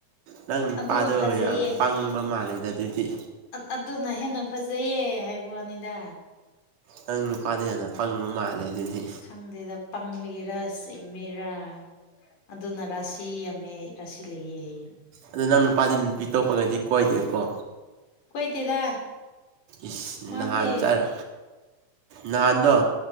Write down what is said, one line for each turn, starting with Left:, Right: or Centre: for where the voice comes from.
Right: ꯅꯪ ꯅꯨꯄꯥꯗꯣ
Left: ꯑꯗꯨꯅ ꯐꯖꯩꯌꯦ
Right: ꯌꯥꯝ ꯄꯪꯕ ꯃꯥꯜꯂꯦꯗ ꯑꯗꯨꯗꯤ
Left: ꯑꯗꯨꯅ ꯍꯦꯟꯅ ꯐꯖꯩꯌꯦ ꯍꯥꯏꯕ ꯋꯥꯅꯤꯗ
Right: ꯅꯪ ꯅꯨꯄꯥꯗ ꯌꯥꯝꯅ ꯄꯪꯕ ꯃꯥꯜꯂꯦ ꯑꯗꯨꯗꯤ
Left: ꯈꯪꯗꯦꯗ ꯄꯪꯕꯒꯤꯔꯥ ꯁꯤꯡꯃꯤꯔꯥ ꯑꯗꯨꯅ ꯔꯥꯁꯤ ꯌꯥꯝꯃꯦ ꯔꯥꯁꯤ ꯂꯩꯌꯦ ꯌꯦ
Right: ꯑꯗꯨ ꯅꯪ ꯅꯨꯄꯥꯗꯤ ꯅꯨꯄꯤ ꯑꯇꯣꯞꯄꯒꯗꯤ ꯀꯣꯏꯗꯦꯀꯣ
Left: ꯀꯣꯏꯗꯦꯗ
Right: ꯏꯁ
Left: ꯃꯥꯗꯤ
Right: ꯅꯍꯥꯟ ꯆꯔ ꯅꯍꯥꯟꯗꯣ